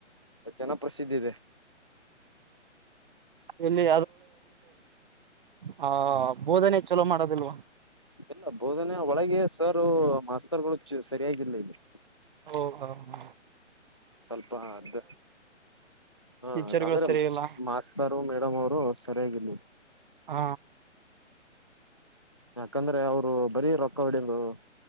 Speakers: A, on the left (about 25°); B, on the right (about 40°).
A: ಜನಪ್ರಸಿದ್ಧಿ ಇದೆ
B: ಇಲ್ಲಿ ಹ ಬೋಧನೆ ಚಲೋ ಮಾಡೋದಿಲ್ವಾ
A: ಎಲ್ಲ ಬೋಧನೆ ಒಳಗೆ ಸರ್ ಮಾಸ್ತರ್ಗಳು ಚು ಸರಿಯಾಗಿಲ್ಲ ಇಲ್ಲಿ
B: ಹಓ ಹಾ ಹ್ಮ
A: ಸ್ವಲ್ಪ ಅ್ದ ಹಾ
B: ಟೀಚರ್ಗಳು
A: ಅದು ಅಂದ್ರೆ
B: ಸರಿ ಇಲ್ಲ
A: ಮಾಸ್ತರು ಮೇಡಮ್ ಅವರು ಸರಿಯಾಗಿರ್ಲಿಲ್
B: ಹ್ಮ
A: ಯಾಕಂದ್ರೆ ಅವರು ಬರೀ ರೊಕ್ಕ ಹೊಡಿಯದು